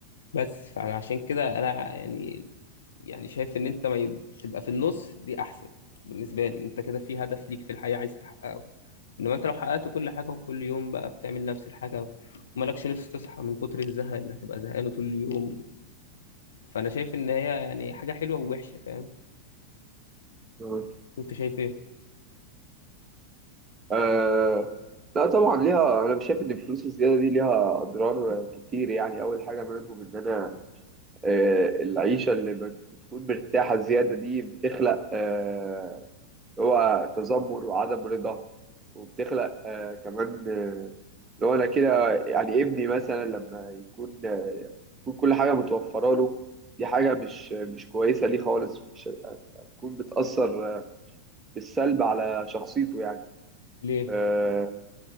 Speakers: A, on the left; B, on the right.
A: بس فعشان كده انا يعني يعني شايف ان انت ما يب- تبقى في النص دي احسن بالنسبه لي انت كده في هدف ليك في الحياه عايز تحققه انما انت لو حققت كل حاجه وكل يوم بقى بتعمل نفس الحاجه ومالكش نفس تصحى من كتر الزهق اللي هتبقى زهقانه طول اليوم فانا شايف ان هي يعني حاجه حلوه ووحشه فاهم
B: مم.
A: انت شايف ايه
B: آه لا طبعا ليها انا مش شايف ان الفلوس الزياده دي ليها اضرار كتير يعني اول حاجه منهم ان انا آه العيشه اللي بت- بتكون مرتاحه زياده دي بتخلق آه هو تذمر وعدم رضا وبتخلق آه كمان آه، اللي هو انا كده يعني ابني مثلا لما يكون آه، تكون كل حاجه متوفره له دي حاجه مش مش كويسه ليه خالص مش هتكون بتاثر آه، بالسلب على شخصيته يعني
A: ليه
B: آه